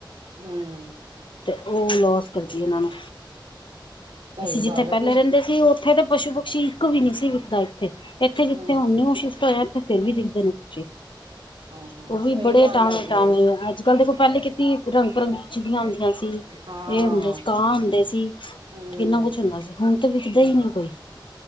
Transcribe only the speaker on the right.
ਹੂੰਅ
ਸਹੀ
ਗੱਲ
ਕੁ
ਹਮ
ਹਾਂ ਹਾਂ
ਸਹੀ
ਗੱਲ
ਹੈਗੀ
ਹੈ
ਹਾਂ
ਹਮ